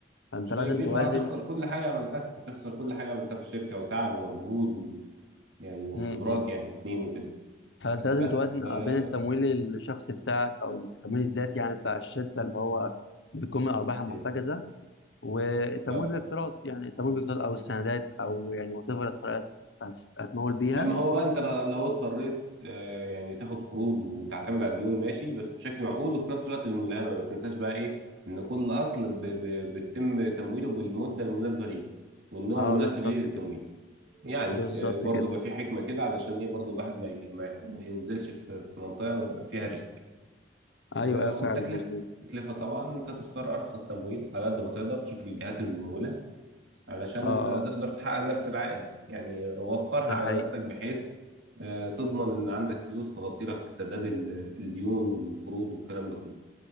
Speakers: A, on the left; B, on the right.
A: فانت
B: مشكلة
A: لازم
B: كبيرة
A: توازن
B: اه هتخسر كل حاجة عملتها هتخسر كل حاجة عملتها في الشركة وتعب ومجهود و... يعني وخبرات
A: امم
B: يعني سنين وكده
A: فانت لازم
B: بس
A: توازن
B: اه
A: بين التمويل الشخصي بتاعك او التمويل الذاتي يعني بتاع الشركه اللي هو بيكون من الارباح المحتجزه
B: مم.
A: والتمويل
B: اه
A: بالاقتراض يعني التمويل بالاقتراض او السندات او يعني وات ايفر الطريقه هت- هتمول بيها
B: اما هو بقى انت لو اضطريت آه يعني تاخد قروض وتعتمد على الديون ماشي بس بشكل معقول وفي نفس الوقت الملائمة ما تنساش بقى ايه ان كل اصل ب... ب... بيتم تمويله بالمدة المناسبة ليه والنوع
A: اه
B: المناسب
A: بالظبط
B: ليه للتمويل
A: كده
B: يعني
A: بالظبط
B: آه برضه
A: كده
B: بقى في حكمة كده علشان ايه برضه الواحد ما, ي... ما ما ينزلش في... في منطقة فيها ريسك
A: ايوه
B: آه،
A: اه فعلا
B: والتكلفة
A: مظبوط
B: التكلفة طبعا انت تختار ارخص تمويل على قد ما تقدر تشوف الجهات الممولة علشان
A: اه اه
B: آه، تقدر تحقق نفس العائد يعني وفرها
A: ده
B: على
A: حقيقي
B: نفسك بحيث آه، تضمن ان عندك فلوس تغطي لك سداد ال- الديون والقروض والكلام ده كله